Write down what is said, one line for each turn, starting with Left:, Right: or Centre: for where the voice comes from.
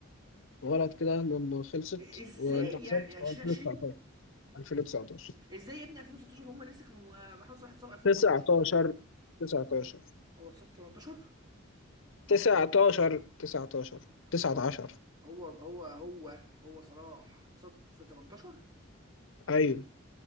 Left: غلط كده لما خلصت
Right: إ- ازاي
Left: وانت خسرت
Right: يعني 2020
Left: هو 2019 2019
Right: ازاي يا ابني 2019 هم لسه كانوا محمد صلاح اتصاب 2019
Left: 19 19
Right: هو اتصاب في 18
Left: 19 19 19
Right: اهو هو هو هو هو صلاح اتصاب في 18
Left: ايوه